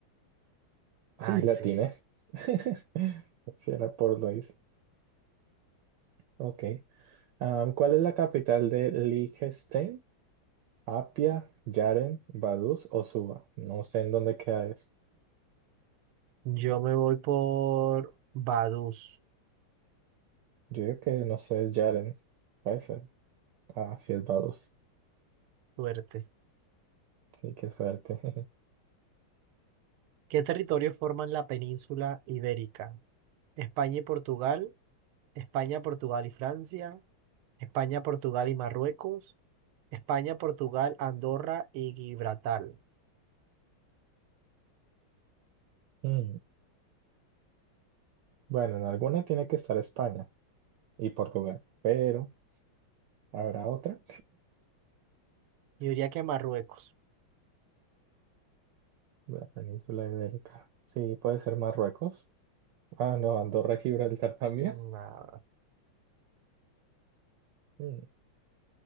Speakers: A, on the right; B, on the right.
A: Ay,
B: Ay,
A: la
B: sí.
A: tiene. <laughs> Sí, era Port Louis. Ok. Am, ¿cuál es la capital de Liechtenstein? Apia, Yaren, Vaduz o Suba. No sé en dónde queda eso.
B: Yo me voy por Vaduz.
A: Yo digo que no sé, es Yaren. Puede ser. Ah, sí, es Vaduz.
B: Suerte.
A: Sí, qué suerte. <laughs>
B: ¿Qué territorios forman la península ibérica? España y Portugal, España, Portugal y Francia, España, Portugal y Marruecos. España, Portugal, Andorra y Gibraltar.
A: Mm. Bueno, en alguna tiene que estar España y Portugal, pero ¿habrá otra?
B: Yo diría que Marruecos.
A: La península ibérica. Sí, puede ser Marruecos. Ah, no, Andorra y Gibraltar también.
B: Una-
A: <laughs> Mm,